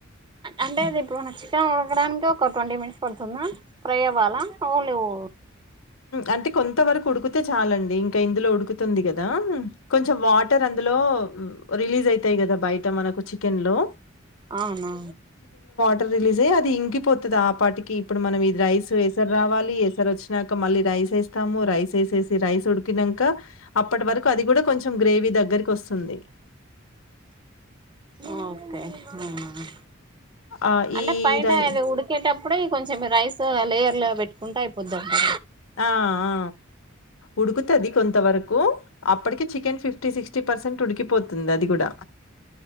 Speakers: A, on the right; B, on the left.
A: అంటే అది ఇప్పుడునా చికెన్ ఉడకడానికి ఒక ట్వంటీ మినిట్స్ పడుతుందా ఫ్రై అవ్వాలా ఓన్లీ ఓ
B: అంటే కొంత వరకు ఉడుకితే చాలం డి ఇంకా ఇందులో ఉడుకుతుంది కదా కొంచెం వాటర్ అందులో రిలీజ్ అయి తాయ్ కదా బయట మనకు చికెన్ లో
A: అవునా
B: టర్ రిలీజ్ అయ్యి అది ఇంకిపోతాది ఆ పాటికి ఇప్పుడు మనం ఇది రైస్ ఏసారు రావాలి ఏసారోచ్చినా క మళ్ళీ రైస్ ఏస్తాము రైస్ ఏసేసి రైస్ ఉండ్ కినంక అప్పటి వరకు అది కూడా కొంచెం గ్రేవీ దగ్గరకి వస్తుంది
A: ఆ ఓకే ఆ ఆ
B: ఆహ్,
A: అంటే
B: ఈ
A: పైనే
B: రై
A: అది ఉడికేట ప్పుడే కొంచెం రైస్ లేయర్లో పెట్టుకుంటే అయిపోద్దంటరా
B: ఆ ఆ ఉడుకుతది కొంతవరకు అప్పటికి chicken fifty sixty percent ఉడికిపోతుంది అది కూడా